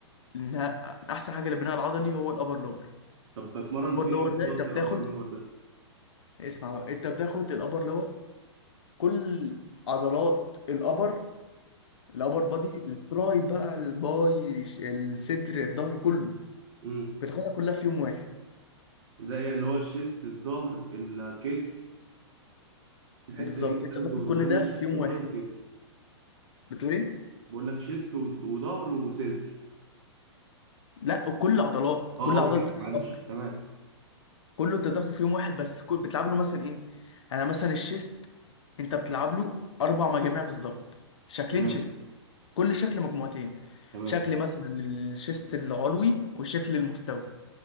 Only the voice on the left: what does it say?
انها احسن حاجه للبناء العضلي هو الابر لور
الابر
لور
ده انت بتاخد
اسمع بقى انت بتاخد الابر لور كل عضلات الابر الابر بادي التراي بقى الباي ش- الصدر الظهر كله
بتاخدها كلها في يوم واحد
بالظبط
انت بتاخد
كل
ده
في يوم
واحد
بتقول ايه
لا كل عضلات
كل
عضلات بتتكبر
كله انت بتاخده في يوم واحد بس كل بتلعب له مثلا ايه انا مثلا الشيست انت بتلعب له اربع مجاميع بالظبط شكلين
شيست كل شكل مجموعتين
شكل مثلا الشيست العلوي والشكل المستوي